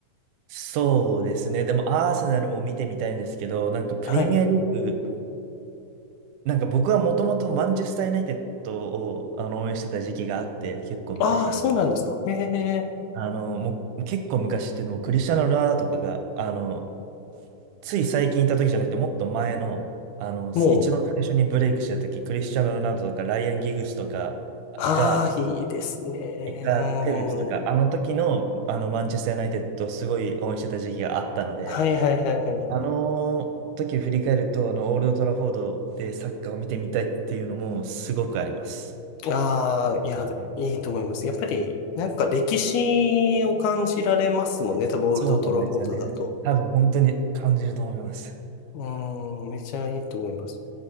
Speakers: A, on the right (about 80°); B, on the left (about 75°).
A: そうですね。でも、アーセナルも見てみたいんですけど、なんかプレミアリーグ、
B: はい。
A: なんか僕はもともとマンチェスター・ユナイテッドをあの応援してた時期があって、結構昔に。
B: ああ、そうなんですか。ええ。
A: あの、もう結構昔っていうのもクリスチャーノ・ロナウドとかが、あの、つい最近いた時じゃなくて、もっと前の、あの、
B: もう、
A: 一番最初にブレイクしてた時、クリスチャーノ・ロナウドとかライアン・ギグスとかが、
B: ああ、いいですね。
A: いたテベスとか、
B: うん。
A: あの時の、あのマンチェスター・ユナイテッドをすごい応援してた時期があったので、
B: はいはいはいはいは
A: あの時を振り返ると、あの、オールド・トラフォードでサッカーを見てみたいっていうのもすごくあります。
B: い。ああ、いや、
A: はい。
B: いいと思います。やっぱり、なんか歴史を感じられますもんね。多分、オールドトラフォードだと。
A: そうなんですよね。多分本当に感じると思います。
B: うん、めちゃいいと思います。